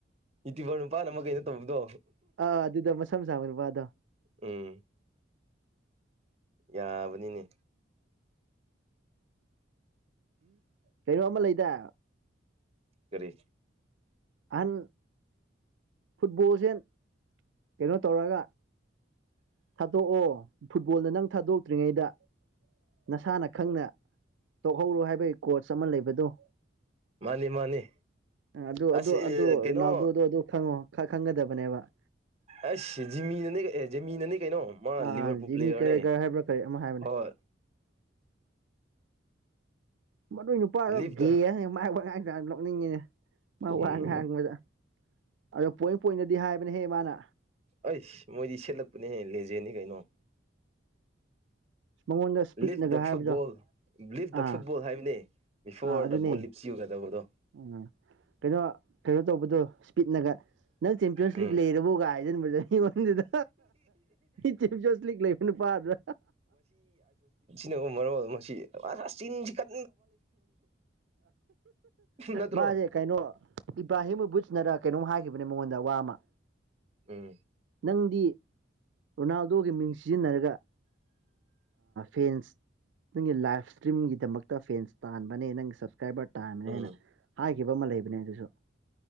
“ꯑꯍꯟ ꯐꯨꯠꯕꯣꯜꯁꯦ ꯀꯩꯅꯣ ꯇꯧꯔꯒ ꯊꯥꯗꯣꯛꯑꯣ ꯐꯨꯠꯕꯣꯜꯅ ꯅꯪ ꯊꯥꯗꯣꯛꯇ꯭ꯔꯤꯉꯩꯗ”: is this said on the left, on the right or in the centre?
Right